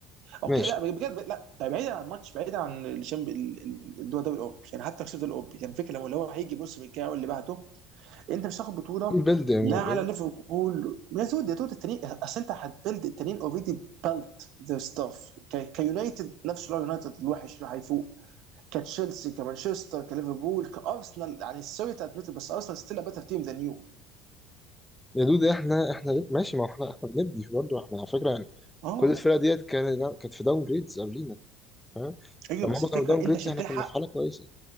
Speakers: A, on the right; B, in the centre.
A: اوكي
B: ماشي
A: لا بجد لا ده بعيدا عن الماتش بعيدا عن الشامب اللي هو الدوري الاوروبي يعني حتى كسبت الاوروبي يعني الفكره لما اللي هو هيجي الموسم الجاي واللي بعده انت مش هتاخد بطوله
B: ايه البلد يا
A: لا
B: مو-
A: على
B: يا مو-
A: ليفربول يا دود يا دود التانيين اصل انت هتبلد التانيين اوريدي بلت ذير ستاف كيونايتد نفس اللي هو يونايتد الوحش اللي هيفوق كتشيلسي كمانشستر كليفربول كارسنال يعني سوري تادمت بس ارسنال ستيل بيتر تيم ذان يو
B: يا دود احنا احنا ليه- ماشي ما هو احنا احنا بنبني برضه احنا على فكره يعني
A: اه
B: كل الفرق ديت كانت كانت في داون جريدز قبلينا فاهم
A: ايوه
B: لما
A: بس
B: هم
A: الفكره
B: كانوا داون جريدز
A: انت عشان
B: احنا
A: تلحق
B: كنا في حاله كويسه